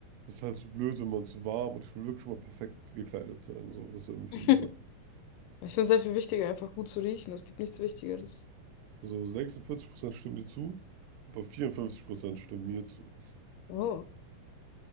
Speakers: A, on the right (about 85°); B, on the left (about 85°).
A: es ist halt zu blöd, wenn man zu warm und ich will wirklich mal perfekt gekleidet sein. So, das wäre mir viel
B: <laughs>
A: lieber.
B: Ich finde es sehr viel wichtiger, einfach gut zu riechen. Es gibt nichts Wichtigeres.
A: Also 46% stimmen dir zu, aber 54% stimmen mir zu.
B: Oh.